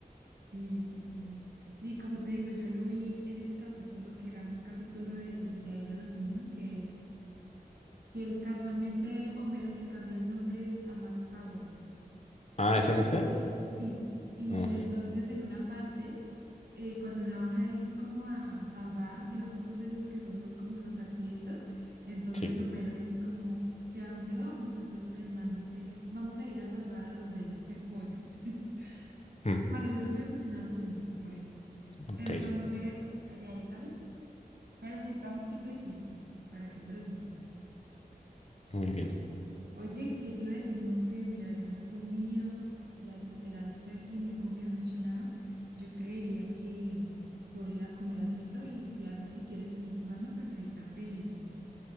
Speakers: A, on the right; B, on the left.
A: Sí, sí, sí. sí. Y como te digo, yo lo vi en ese capítulo que era un capítulo de, de ahí de Los Simpson que, que casualmente Homero se cambia el nombre a Max Power.
B: Ah,
A: Y,
B: ¿es en ese?
A: <laughs> y sí, y
B: No,
A: entonces en una parte. eh, cuando ya van a ir como a salvar, digamos, todos ellos que son los como los activistas, entonces
B: sí.
A: Homero dice como que a dónde vamos, entonces el man dice, vamos a ir a salvar a los bellos secuoyas. <laughs>
B: Mm,
A: Bueno, yo soy muy aficionada a los Sims, por eso.
B: ok,
A: Entonces, de ahí salió, pero sí estaba un poquito difícil, ¿para qué? Pero sí.
B: muy bien.
A: Oye, ¿qué te iba a decir? No sé, mira, yo no he comido, o sea, literal estoy aquí, no he comido, no he hecho nada. Yo creería que, que voy a ir a comer alguito y si algo, si quieres seguir jugando, pues ahorita te,